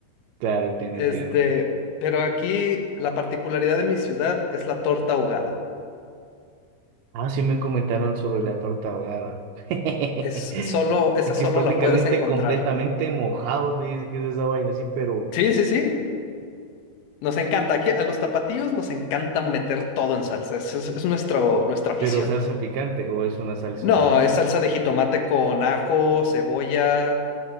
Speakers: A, on the right; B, on the left.
A: claro, entiendo,
B: Este,
A: entiendo.
B: pero aquí la particularidad de mi ciudad es la torta ahogada.
A: Ah, sí me comentaron sobre la torta ahogada. <laughs> Así
B: Es solo, esa solo
A: que es prácticamente
B: la puedes encontrar.
A: completamente mojado, me dice que es esa vaina así, pero,
B: Sí, sí, sí. Nos encanta, aquí a los tapatíos nos encanta meter todo en salsa, es, es- es nuestro, nuestra afición.
A: pero salsa picante o es una salsa
B: No, es salsa de jitomate con ajo, cebolla,